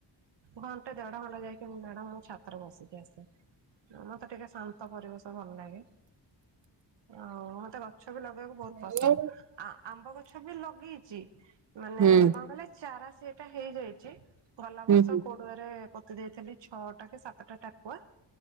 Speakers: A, on the right (about 75°); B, on the right (about 45°).
A: ଘଣ୍ଟା ଦେଢ ଘଣ୍ଟା ଯାଇକି ମ୍ୟାଡାମ ମୁ ଛାତରେ ବସିକି ଆସେ ମତେ ଟିକେ ଶାନ୍ତ ପରିବେଶ ଭଲ ଲାଗେ ଆଉ ମତେ ଗଛ ବି ଲଗେଇବାକୁ ବହୁତ
B: ହୁଁ
A: ପସନ୍ଦ ଆ ଆମ୍ବ ଗଛ ସବୁ ଲଗେଇଛି ମାନେ
B: ହୁଁ
A: କଣ କହିଲେ ଚାରା ସେଟା ହେଇଯାଇଛି। ଗଲା
B: ହୁଁ
A: ବର୍ଷ କୋଡୁଆରେ ପୋତି ଦେଇଥିଲି ଛଅଟା କି ସାତଟା ଟାକୁଆ